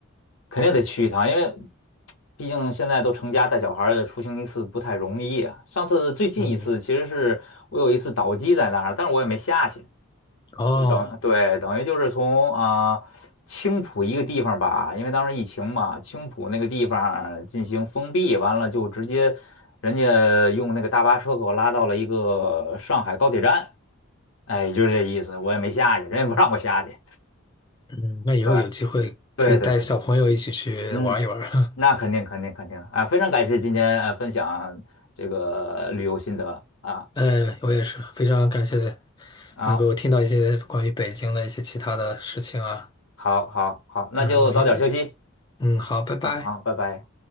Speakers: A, on the left; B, on the left.
A: 肯定得去一趟，因为毕竟现在都成家带小孩儿了出行一次不太容易啊。上次最近一次其实是我有一次倒机在那儿，
B: 嗯，
A: 但是我也没下去，
B: 哦，
A: 就等对，等于就是从啊、呃青浦一个地方吧，因为当时疫情嘛，青浦那个地方进行封闭，完了就直接人家用那个大巴车给我拉到了一个上海高铁站，哎，就是这意思，我也没下去，人也不让我下去。
B: 嗯，那以后有机会可以带小朋友一起去玩一玩。
A: 对，对对对，嗯，
B: <laughs>
A: 那肯定肯定肯定啊，非常感谢今天呃分享这个旅游心得啊
B: 呃，我也是非常感谢
A: 啊，
B: 能够听到一些关于北京的一些其他的事情啊。
A: 好好好，那就早点休息
B: 嗯、我也，嗯，好，拜拜。
A: 啊啊，拜拜。